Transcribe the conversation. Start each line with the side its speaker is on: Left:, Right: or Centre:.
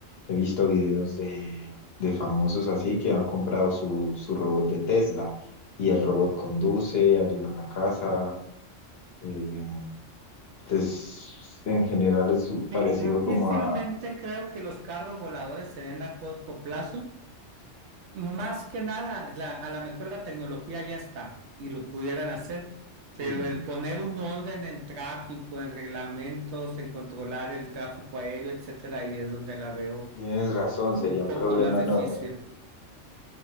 Left: he visto videos de, de famosos así que han comprado su, su robot de Tesla y el robot conduce, ayuda en la casa. eh, pues en general es
Right: di-
Left: parecido
Right: difícilmente
Left: como a...
Right: creo que los carros voladores se den a corto plazo, Más que nada, la- a lo mejor la tecnología ya está y lo pudieran hacer,
Left: Sí,
Right: pero el poner un orden en tráfico, en reglamentos, en controlar el tráfico aéreo, etcétera, ahí es donde la veo
Left: tienes razón,
Right: un
Left: sería un
Right: poco
Left: problema
Right: más difícil.
Left: enorme.